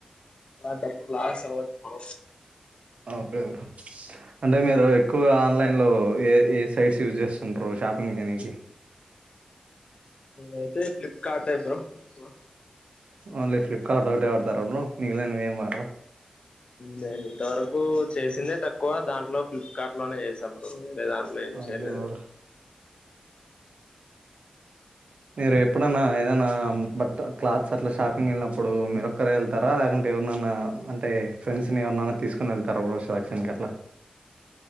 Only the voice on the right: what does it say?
ఆ బ్రో అంటే మీరు ఎక్కువగా ఆన్లైన్ లో ఏ ఏ సైట్స్ యూజ్ చేస్తుంటారు షాపింగ్ చేయానికి
ఓన్లీ ఫ్లిప్కార్ట్ ఒకటే వాడతారా బ్రో మిగిలినవి ఏం వాడరా
ఓకే బ్రో మీరు ఎప్పుడైనా ఏదన్న బట్ క్లాత్స్ అట్లా షాపింగ్ వెళ్ళినప్పుడు మీరు ఒక్కరే వెళ్తారా లేకంటే ఎవ ఏవన్నానా అంటే ఫ్రెండ్స్ ని ఎవరన్నా తీసుకొని వెళ్తారా సెలక్షన్ అట్లా